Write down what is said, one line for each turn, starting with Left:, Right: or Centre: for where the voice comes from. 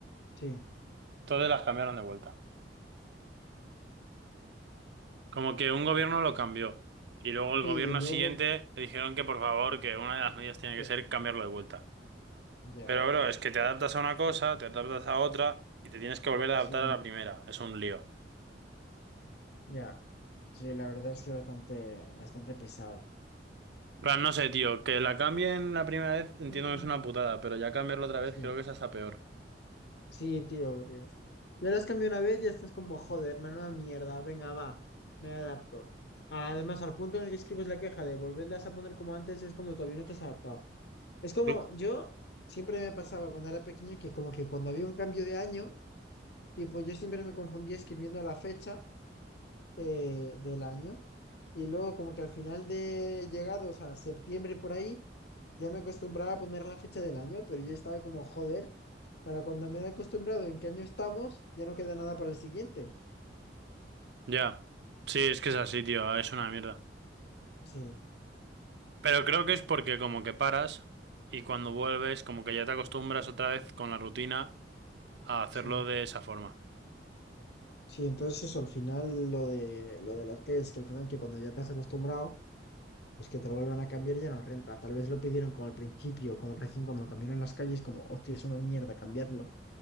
Left: sí.
Right: Todas las cambiaron de vuelta. Como que un gobierno lo cambió. Y luego el
Left: Sí,
Right: gobierno
Left: y luego.
Right: siguiente le dijeron que por favor, que una de las medidas tiene
Left: eh,
Right: que ser cambiarlo de vuelta.
Left: Ya,
Right: Pero, bro, es que te adaptas a una cosa, te adaptas a otra, y te tienes que volver a
Left: sí,
Right: adaptar a la primera. Es un lío.
Left: ya. Sí, la verdad es que bastante, bastante pesado.
Right: plan, no sé, tío, que la cambien la primera vez entiendo
Left: Mm,
Right: que es una putada, pero ya cambiarlo otra vez
Left: sí.
Right: creo que es hasta peor.
Left: Sí, tío, porque ya las cambié una vez, ya estás como, joder, menuda mierda, venga, va, me adapto. Además, al punto en el que escribes la queja de volverlas a poner como antes es cuando todavía no te has adaptado. Es como,
Right: Mm.
Left: yo siempre me pasaba cuando era pequeño que como que cuando había un cambio de año, tipo, yo siempre me confundía escribiendo la fecha eh, del año y luego como que al final de llegados a septiembre por ahí, ya me acostumbraba a poner la fecha del año, pero yo estaba como, joder, para cuando me he acostumbrado en qué año estamos, ya no queda nada para el siguiente.
Right: Ya. Sí, es que es así, tío, ah, es una mierda.
Left: Sí,
Right: Pero creo que es porque como que paras y cuando vuelves como que ya te acostumbras otra vez con la rutina a hacerlo
Left: sí.
Right: de esa forma.
Left: Sí, entonces eso, al final lo de lo de las que es que al final que cuando ya te has acostumbrado, pues que te lo vuelvan a cambiar ya no renta. Tal vez lo pidieron como al principio, como recién cuando cambiaron las calles, como, hostia, es una mierda, cambiadlo.